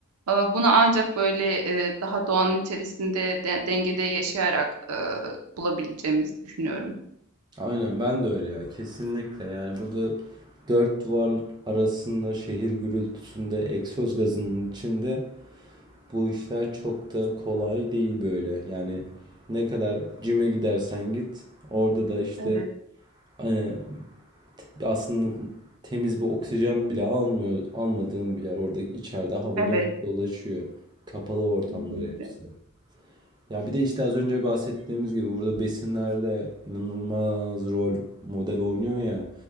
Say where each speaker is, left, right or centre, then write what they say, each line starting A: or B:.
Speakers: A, on the right; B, on the right.
A: Eee, bunu ancak böyle, eee, daha doğanın içerisinde de dengede yaşayarak, eee, bulabileceğimizi düşünüyorum.
B: Aynen ben de öyle ya kesinlikle yani burada dört duvar arasında şehir gürültüsünde egzoz gazının içinde bu işler çok da kolay değil böyle yani ne kadar cime gidersen git orada da işte
A: Evet.
B: e, aslında temiz bir oksijen bile almıyor, almadığın bir yer. Orada içeride hava
A: Evet,
B: dönüp dolaşıyor. Kapalı ortamlar
A: kesinlikle.
B: hepsi. Ya bir de işte az önce bahsettiğimiz gibi burada besinlerde inanılmaz rol model oynuyor ya.